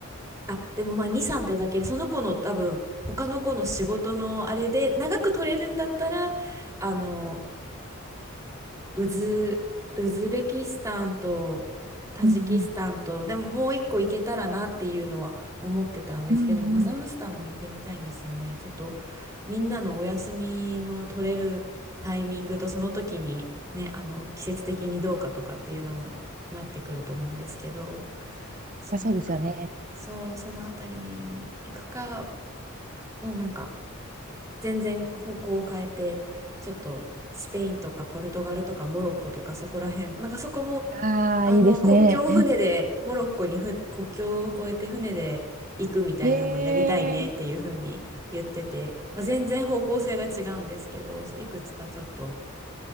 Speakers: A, on the right; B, on the right.
A: あ、でもまあ2、3ってだけで、その子の多分、他の子の仕事のあれで、長く取れるんだったら、あの、ウズ、ウズベキスタンとタジキスタンと、
B: うんうん。
A: でももう一個行けたらなっていうのは思ってたんですけど、
B: うん
A: でもカザフスタンも行ってみたいんですよね。
B: うん。あ
A: ちょっとみんなのお休みの取れるタイミングとその時にね、あの季節的にどうかとかっていうのもなってくると思うんですけど、そうだから、
B: そうですよね。
A: そうそのあたりに行くかのなんか全然方向を変えてちょっとスペインとかポルトガルとかモロッコとかそこら辺なんかそこも
B: ああ、
A: あの、
B: いいですね。
A: 国境を船で、モロッコに船、国境を越えて船で行くみたいなのをやりたいねっていうふうに言ってて、
B: ええー。
A: まあ、全然方向性が違うんですけど、そう、いくつかちょっと